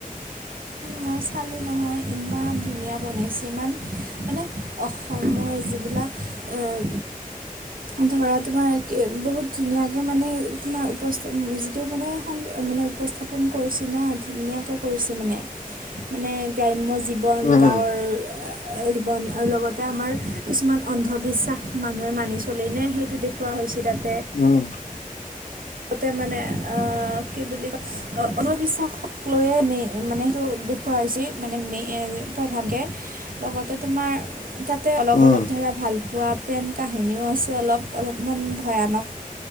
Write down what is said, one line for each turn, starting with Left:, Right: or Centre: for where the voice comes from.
Right: মই চালো নহয় ইমান ধুনীয়া বনাইছে, ইমান মানে অসমৰ যিবিলাক আহ, উম ধৰা তোমাৰ একে বহুত ধুনীয়াকে মানে তোমাৰ উপস্থ যিটো মানে সং মানে উপস্থাপন কৰিছি না, ধুনীয়াকে কৰিছে মানে। মানে গ্ৰাম্য জীৱন
Left: উম
Right: গাঁৱৰ আ জীৱন আৰু লগতে আমাৰ কিছুমান অন্ধবিশ্বাস মানুহে মানি চলেনে সেইটো দেখুওৱা হৈছে তাত
Left: উম।
Right: আগতে মানে আ কি বুলি কয়, অন্ধবিশ্বাসক লৈয়ে মে মানে সেইটো খোৱা হৈছি, মানে মে প্ৰধানকে। লগতে তোমাৰ তাতে অলপ-অলপ
Left: উম
Right: ধৰা ভাল পোৱা প্ৰেম কাহিনীও আছে অলপ, অলপমান ভয়ানক